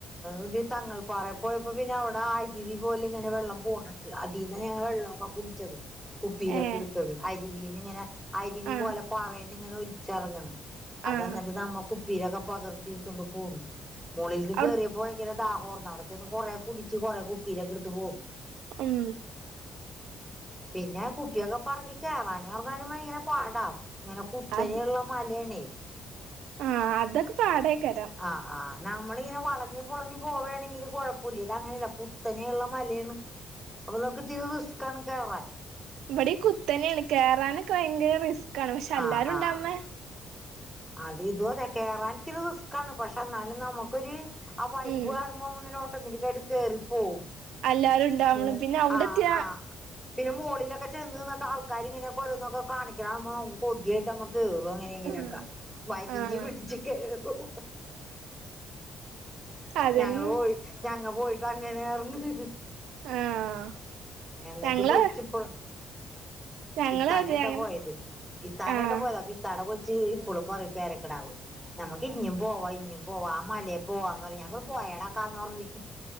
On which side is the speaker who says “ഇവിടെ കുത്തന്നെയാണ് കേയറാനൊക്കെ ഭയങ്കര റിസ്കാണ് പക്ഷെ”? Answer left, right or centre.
Right